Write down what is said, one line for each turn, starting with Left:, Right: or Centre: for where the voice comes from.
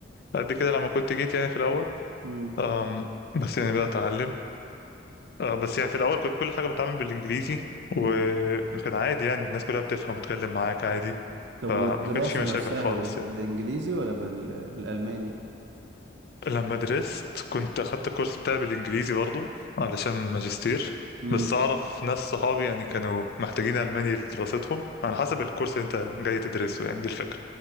Left: قد كده لما كنت جيت يعني في الاول
Right: مم.
Left: آم، بس يعني بدات اتعلم آه، بس يعني في الاول كنت كل حاجه بتعامل بالانجليزي وكان
Right: مم.
Left: عادي يعني الناس كلها بتفهم وتتكلم معاك عادي
Right: طب
Left: فما
Right: والدراسة
Left: كانش في مشاكل
Right: نفسها
Left: خالص
Right: بالإنجليزي
Left: يعني
Right: ولا بال... بالألماني؟
Left: لما درست كنت اخدت الكورس بتاعي بالانجليزي برضو علشان ماجستير
Right: امم
Left: بس اعرف ناس صحابي يعني كانوا محتاجين الماني لدراستهم على حسب الكورس اللي انت جاي تدرسه يعني دي الفكره